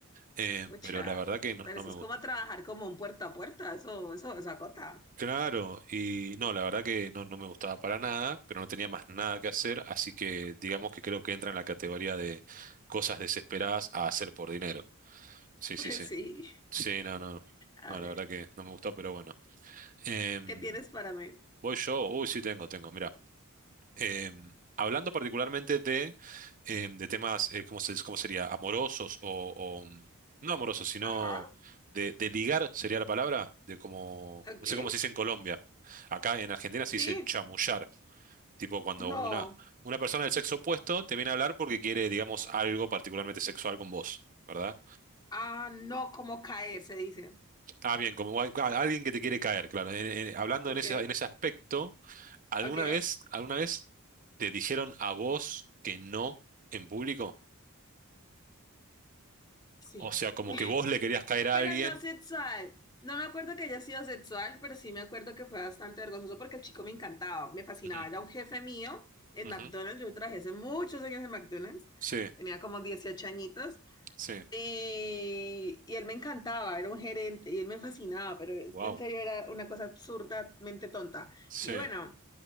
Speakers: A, on the right; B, on the left.
A: Eh,
B: Pucha,
A: pero la verdad que no,
B: pero
A: no
B: eso
A: me
B: es
A: gustó.
B: como a trabajar como un puerta a puerta, eso, eso, eso acota.
A: Claro,
B: <laughs>
A: y no, la verdad que no, no me gustaba para nada, pero no tenía más nada que hacer, así que digamos que creo que entra en la categoría de cosas desesperadas a hacer por dinero. Sí,
B: Pues
A: sí, sí.
B: sí.
A: Sí, no, no,
B: A
A: no, la
B: ver,
A: verdad que no me gustó, pero bueno. Em,
B: ¿qué tienes para mí?
A: voy yo, uy, sí tengo, tengo, mira. Em, hablando particularmente de, em, de temas, eh, ¿cómo se, cómo sería? Amorosos o, o, mm, no amorosos, sino
B: Ajá.
A: de, de ligar, sería la palabra, de como,
B: Ok.
A: no sé cómo se dice en Colombia. Acá en Argentina se
B: Sí.
A: dice chamullar, tipo cuando
B: No.
A: una, una persona del sexo opuesto te viene a hablar porque quiere, digamos, algo particularmente sexual con vos, ¿verdad?
B: Ah, no como caer, se dice.
A: Ah, bien, como al- ah, alguien que te quiere caer, claro. En- en- hablando
B: Ok.
A: en ese, en ese aspecto. ¿Alguna
B: Ok.
A: vez, alguna vez te dijeron a vos que no en público?
B: Sí.
A: O sea, como
B: <laughs>
A: que vos le querías caer a
B: Pero
A: alguien.
B: no sexual. No me acuerdo que haya sido sexual, pero sí me acuerdo que fue bastante vergonzoso porque el chico me encantaba, me fascinaba.
A: Ujú,
B: Era un jefe mío en
A: ujú.
B: McDonald's. Yo trabajé hace muchos años en McDonald's.
A: Sí,
B: Tenía como 18 añitos.
A: sí.
B: Y, y él me encantaba, era un gerente y él me fascinaba, pero es
A: Wow.
B: que en serio era una cosa absurdamente tonta.
A: Sí,
B: Y bueno.